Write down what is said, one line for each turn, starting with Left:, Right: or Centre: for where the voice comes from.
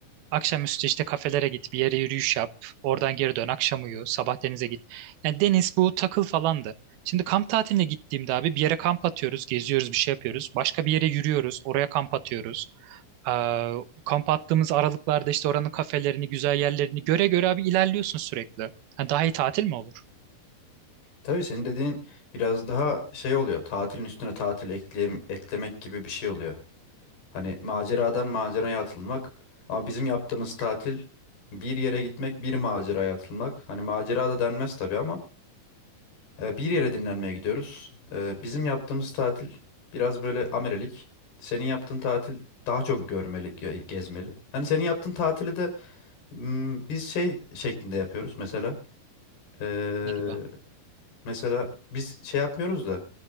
Right: Akşamüstü işte kafelere git, bir yere yürüyüş yap, oradan geri dön, akşam uyu, sabah denize git. Yani deniz bu takıl falandı. Şimdi kamp tatiline gittiğimde abi bir yere kamp atıyoruz, geziyoruz, bir şey yapıyoruz. Başka bir yere yürüyoruz, oraya kamp atıyoruz. Ee, kamp attığımız aralıklarda işte oranın kafelerini, güzel yerlerini göre göre abi ilerliyorsun sürekli. Ha, daha iyi tatil mi olur?
Left: Tabii senin dediğin biraz daha şey oluyor. Tatilin üstüne tatil ekleyem- eklemek gibi bir şey oluyor. Hani maceradan maceraya atılmak. Ama bizim yaptığımız tatil bir yere gitmek, bir maceraya atılmak. Hani macera da denmez tabii ama e, bir yere dinlenmeye gidiyoruz. E, bizim yaptığımız tatil biraz böyle amerelik. Senin yaptığın tatil daha çok görmeli, ge- gezmeli. Hani senin yaptığın tatili de m, biz şey şeklinde yapıyoruz mesela. E,
Right: Ne gibi?
Left: mesela biz şey yapmıyoruz da